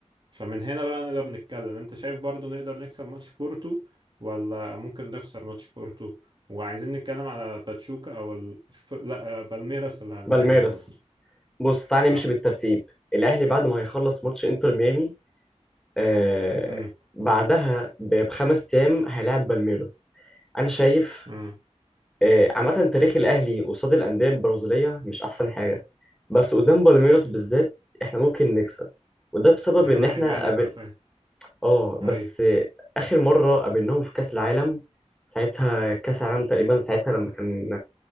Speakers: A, on the right (about 40°); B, in the centre.
A: فمن هنا بقى نقدر نتكلم انت شايف برضو نقدر نكسب ماتش بورتو ولا ممكن نخسر ماتش بورتو وعايزين نتكلم على باتشوكا او ال... ف... لا بالميراس اللي هنلعبهم
B: بالميراس
A: برضو
B: بص تعالى
A: صح
B: نمشي بالترتيب الأهلي بعد ما هيخلص ماتش إنتر ميامي آه
A: امم
B: بعدها ب- بخمس ايام هيلاعب بالميروس انا شايف
A: امم
B: آه عامه تاريخ الاهلي قصاد الانديه البرازيليه مش احسن حاجه بس قدام بالميروس بالذات احنا ممكن نكسب وده بسبب
A: يا
B: ان
A: رايح
B: احنا
A: جاي
B: قابل...
A: حرفيا
B: اه بس
A: اي
B: آه، اخر مره قابلناهم في كاس العالم ساعتها كاس العالم تقريبا ساعتها لما كان